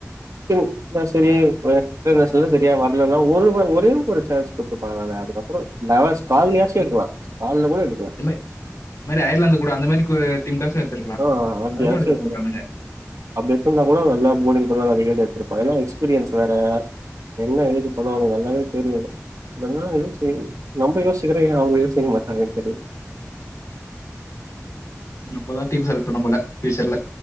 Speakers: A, on the right; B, on the left.
A: இன்டர்நேஷனல செரியா வர்லன்னா ஒரு ஒரே ஒரு சான்ஸ் குடுத்துப்பாகலால அதுக்கப்றோ கால்லியாச்சு எடுக்கலா கால்ல கூட எடுக்கல
B: இந்த மாரி அயர்லாந்து கூட அந்த மாரி டீம் காச்சு எடுத்துருக்கலா
A: ஆ அப்டியாச்சு
B: அதுலயு எடுக்காமா
A: எடுத்து
B: உட்டானுங்க
A: அப்டி எத்துருந்தா கூட நல்லா போர்டிங் போட்வா நெறையா விக்கெட் எத்துருப்பா ஏன்னா எக்ஸ்பீரியன்ஸ் வேற என்ன ஏது ஆனா அவனுக்கு நல்லாவே தெரியு இதெல்ல யோச்சு நம்ப யோசிக்கிறோ ஏ அவங்க யோசிக்க மாட்றாங்கன்னு தெரில
B: நம்மதா டீம் செலக்ட் பண்ணனு போல பியூச்சர்ல